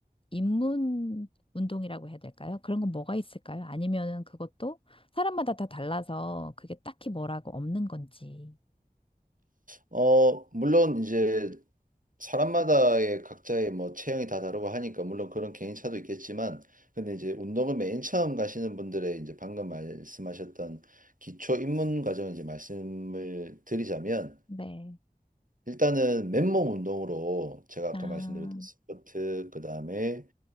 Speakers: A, on the left; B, on the right.
A: 입문 운동이라고 해야 될까요? 그런 건 뭐가 있을까요? 아니면은 그것도 사람마다 다 달라서 그게 딱히 뭐라고 없는 건지.
B: 어, 물론 이제 사람마다의 각자의 뭐 체형이 다 다르고 하니까 물론 그런 개인차도 있겠지만 근데 이제 운동을 맨 처음 가시는 분들의 이제 방금 말씀하셨던 기초 입문 과정 이제 말씀을 드리자면
A: 네.
B: 일단은 맨몸 운동으로 제가 아까
A: 아,
B: 말씀드렸던 스쿼트 그다음에